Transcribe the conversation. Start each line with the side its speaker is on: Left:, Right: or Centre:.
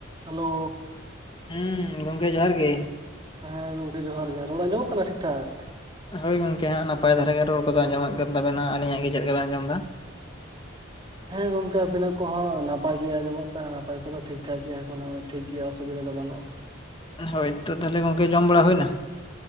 Right: Hello
Left: ᱦᱩᱸ ᱜᱚᱢᱠᱮ ᱡᱚᱦᱟᱨ ᱜᱮ᱾
Right: ᱦᱮᱸ ᱜᱚᱝᱠᱮ ᱡᱚᱦᱟᱨ ᱜᱮ ᱨᱚᱲ ᱟᱸᱡᱚᱢᱚᱜ ᱠᱟᱱᱟ ᱴᱷᱤᱠ ᱴᱷᱟᱠ᱾
Left: ᱦᱳᱭ ᱜᱚᱢᱠᱮ ᱦᱟᱸᱜ ᱱᱟᱯᱟᱭ ᱫᱷᱟᱨᱟ ᱜᱮ ᱨᱚᱲ ᱠᱚᱫᱚ ᱟᱸᱡᱚᱢ ᱠᱟᱱ ᱛᱟᱵᱮᱱᱟ ᱟᱹᱞᱤᱧᱟᱜ ᱜᱮ ᱪᱮᱫ ᱞᱮᱠᱟ ᱵᱮᱱ ᱟᱸᱱᱡᱚᱢ ᱫᱟ?
Right: ᱦᱮᱸ ᱜᱚᱝᱠᱮ ᱟᱹᱵᱤᱱᱟᱜ ᱠᱚᱦᱚᱸ ᱱᱟᱯᱟᱭ ᱜᱮ ᱟᱸᱡᱚᱢᱚᱜ ᱠᱟᱱᱟ ᱱᱟᱯᱟᱭ ᱠᱚᱫᱚ ᱴᱷᱤᱠ ᱴᱷᱟᱠ ᱜᱮᱭᱟ ᱠᱚᱱᱳ ᱴᱷᱤᱠ ᱜᱮᱭᱟ ᱚᱥᱩᱵᱤᱫᱟ ᱫᱚ ᱵᱟᱹᱱᱩᱜᱼᱟ᱾
Left: ᱦᱳᱭ ᱛᱚ ᱛᱟᱦᱚᱞᱮ ᱜᱚᱝᱠᱮ ᱡᱚᱢ ᱵᱟᱲᱟ ᱦᱩᱭᱱᱟ?